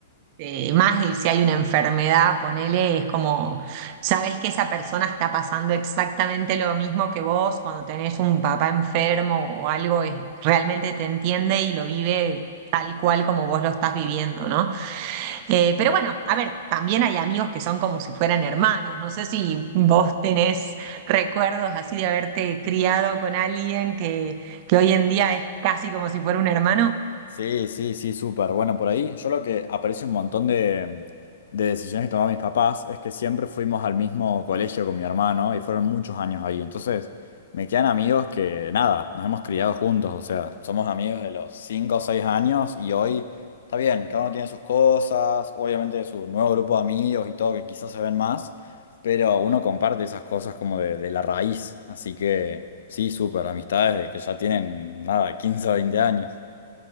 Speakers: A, on the right; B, on the left.
A: Eh, más de si hay una enfermedad, ponele, es como, sabes que esa persona está pasando exactamente lo mismo que vos cuando tenés un papá enfermo o algo, es- realmente te entiende y lo vive tal cual como vos lo estás viviendo, ¿no? Eh, pero bueno, a ver, también hay amigos que son como si fueran hermanos. No sé si vos tenés recuerdos así de haberte criado con alguien que, que hoy en día es casi como si fuera un hermano.
B: Sí, sí, sí, súper. Bueno, por ahí yo lo que aprecio un montón de, de decisiones que tomaban mis papás es que siempre fuimos al mismo colegio con mi hermano y fueron muchos años ahí. Entonces, me quedan amigos que nada, nos hemos criado juntos, o sea, somos amigos de los 5 o 6 años y hoy está bien, cada uno tiene sus cosas, obviamente su nuevo grupo de amigos y todo que quizás se ven más, pero uno comparte esas cosas como de, de la raíz. Así que sí, súper, amistades de que ya tienen nada, 15, o 20 años.